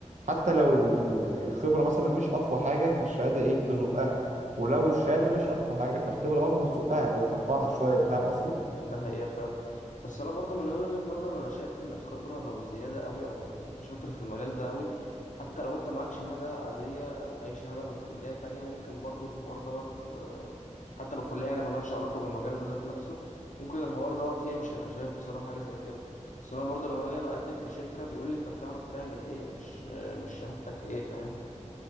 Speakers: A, on the right; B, on the left.
A: حتى لو ال- الخبره مثلا مش اقوى حاجه فالشهاده ايه تزقها ولو الشهاده مش اقوى حاجه فالخبره برضو تزقها او ترفعها شويه
B: مم.
A: فاهم قصدي
B: ده حقيقة فعلا بس أنا برضو من وجهة نظري أنا شايف إن الخبرة لو زيادة أوي أو إنك أنت شاطر في المجال ده أوي حتى لو أنت معاك شهادة عادية أو أي شهادة من كلية تانية ممكن برضو الحوار دوت آه، حتى لو كلية يعني ملهاش علاقة بالمجال ده ذات نفسه ممكن الحوار دوت يمشي أنا شايف بصراحة حاجة زي كده بس أنا برضو لما باجي بقدم في شركة بيقول لي أنت بتعرف تعمل إيه مش آه، مش شهادتك إيه فاهم